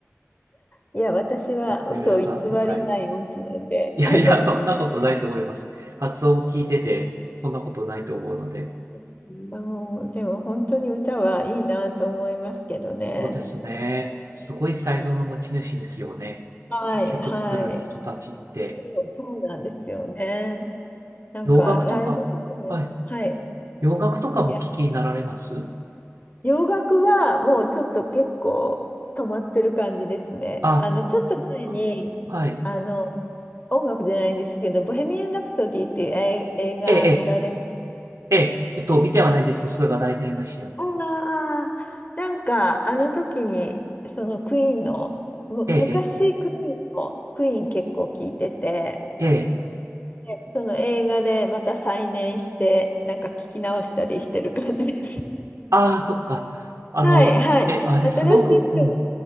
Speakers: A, on the left; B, on the right.
A: いや、私は嘘を偽りない音痴なんで、
B: レベルが高い。いやいや、
A: あの、
B: そんなことないと思います。発音聞いてて、そんなことないと思うので。
A: <laughs> もう、でも本当に歌はいいなと思いますけどね。
B: そうですね。すごい才能の持ち主ですよね。
A: はい、
B: 曲作る人たちって。
A: はい。そうそうなんですよね。なんか、
B: 洋楽とかはい。
A: ライブとかね、はい。
B: 洋楽とかも聞きになられます
A: いや洋楽はもうちょっと結構止まってる感じですね。
B: あ、
A: あの、ちょっと前に、
B: うん、はい。
A: あの、音楽じゃないんですけど、ボヘミアン・ラプソディっていう映映画見られ
B: ええ、ええ、ええ、えっと、見てはないんですけど、すごい話題になりましたよね。
A: ああ、なんか、あの時に、そのクイーンの、む、
B: ええ、
A: 昔クイーンの、クイーン結構聞いてて、
B: ええ、ええ。
A: でその映画でまた再燃して、なんか聞き直したりしてる感じです。
B: ああー、そっか。
A: <laughs>
B: あの、
A: はい、はい。
B: え、あれすごく、
A: 新しい人も、
B: うん